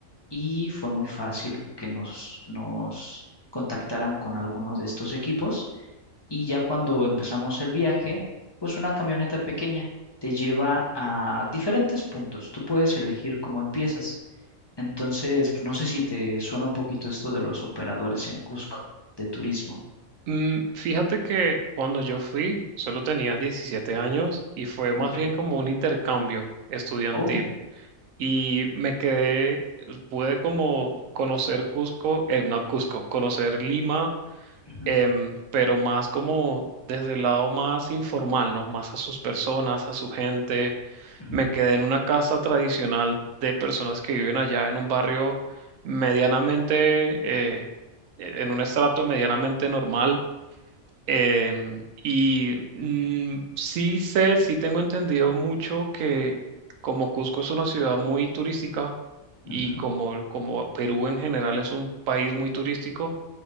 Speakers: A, on the left; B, on the right.
A: y fue muy fácil que nos, nos contactaran con alguno de estos equipos y ya cuando empezamos el viaje, pues una camioneta pequeña te lleva a diferentes puntos. Tú puedes elegir cómo empiezas. Entonces, pues no sé si te suena un poquito esto de los operadores en Cusco, de turismo.
B: Mm, Fíjate que cuando yo fui solo tenía 17 años y fue
A: Ujú,
B: más
A: ok.
B: bien como un intercambio estudiantil.
A: Oh.
B: Y me quedé, pude como conocer Cusco, eh, no Cusco, conocer Lima,
A: ujú,
B: em, pero más como desde el lado más informal, ¿no? Más a sus personas, a su gente.
A: ujú,
B: Me quedé en una casa tradicional de personas que viven allá en un barrio medianamente, eh, e, en un estrato medianamente normal Em, y mm, sí sé, sí tengo entendido mucho que como Cusco es una ciudad muy turística y
A: ujú,
B: como, como Perú en general es un país muy turístico,